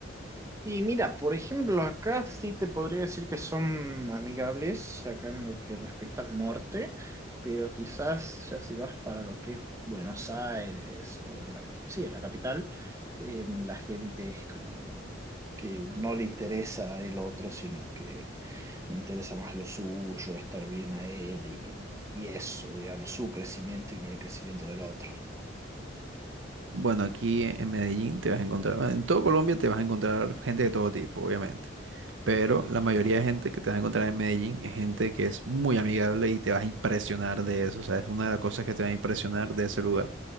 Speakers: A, on the right; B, on the right.
A: Y mira, por ejemplo, acá sí te podría decir que son amigables, acá en lo que respecta al norte, pero quizás ya si vas para lo que es Buenos Aires o la, sí, la capital, eh, la gente es como que no le interesa el otro, sino que le interesa más lo suyo, estar bien a él y, y eso, digamos, su crecimiento y no el crecimiento del otro.
B: Bueno, aquí en Medellín te vas a encontrar, bueno, en todo Colombia te vas a encontrar gente de todo tipo, obviamente Pero la mayoría de gente que te vas a encontrar en Medellín es gente que es muy amigable y te vas a impresionar de eso. O sea, es una de las cosas que te va a impresionar de ese lugar.